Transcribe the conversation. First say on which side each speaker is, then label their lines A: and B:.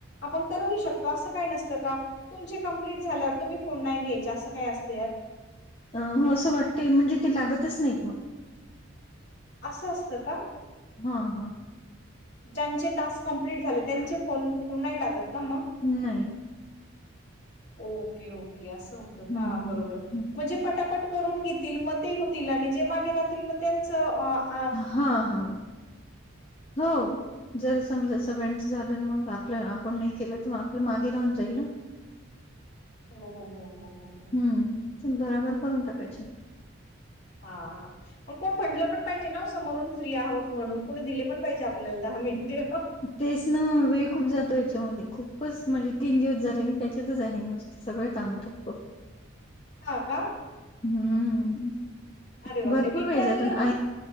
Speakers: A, on the left; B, on the left.
A: आपण करू ही शकतो असं काय नसतं का तुमची कम्प्लीट झाल्यावर तुम्ही फोन नाही घ्यायचे असं काय असतयात?
B: अ हो असं वाटते म्हणजे ते लागतच नाहीत मग
A: असं असतं का?
B: हं हं
A: ज्यांचे टास्क कंमप्लीट झाले त्यांचे फ फोन नाही लागत का मग?
B: नाही.
A: ओके ओके असं होतं
B: हम्म
A: का बरोबर
B: हम्म
A: म्हणजे पटापट करून घेतील म ते होतील आणि जे मागे राहतील मग त्यांच अ
B: हा हा हो जर समजा सगळ्यांच झालं मग आपलं आपण नाही केलं, तर मग आपलं मागे राहून जाईल ना?
A: हो हो हो हो हो हो
B: हम्म ते भराभर करून टाकायचे.
A: हा पण कोण म्हटलं पण पाहिजे ना समोरून फ्री आहोत म्हणून कोणी दिले पण पाहिजे आपल्याला दहा मिनटें
B: तेच ना वेळ खूप जातो याच्यामध्ये खूपच म्हणजे तीन दिवस झाले मी त्याच्यातच आहे नुस ते सगळे कामं ठप्प
A: हा का?
B: हम्म
A: अरे बापरे
B: भरपूर
A: मी
B: वेळ
A: ट्रॅव्हलिंग
B: जातो अन
A: होत